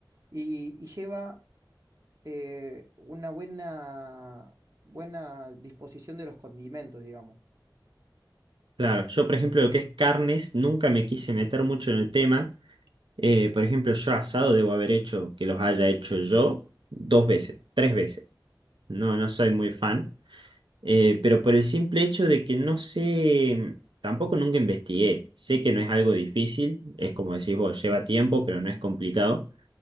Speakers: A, on the right; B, on the right.
A: y, y lleva eh, una buena, buena disposición de los condimentos, digamos.
B: Claro, yo por ejemplo lo que es carnes nunca me quise meter mucho en el tema. Eh, por ejemplo, yo asado debo haber hecho, que los haya hecho yo, dos veces, tres veces. No, no soy muy fan, eh, pero por el simple hecho de que no sé, tampoco nunca investigué. Sé que no es algo difícil, es como decís vos, lleva tiempo, pero no es complicado.